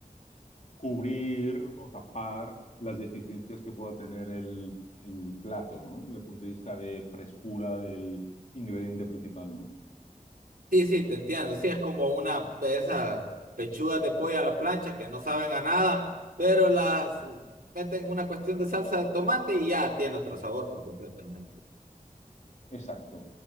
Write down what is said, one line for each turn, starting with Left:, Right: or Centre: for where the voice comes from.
Left: cubrir o tapar las deficiencias que pueda tener el, el plato, ¿no? Desde el punto de vista de frescura del ingrediente principal, ¿no?
Right: Sí, sí, te entiendo. Sí, es como una de esas pechugas de pollo a la plancha que no saben a nada, pero las meten una cuestión de salsa de tomate y ya tiene otro sabor por completamente.
Left: Exacto,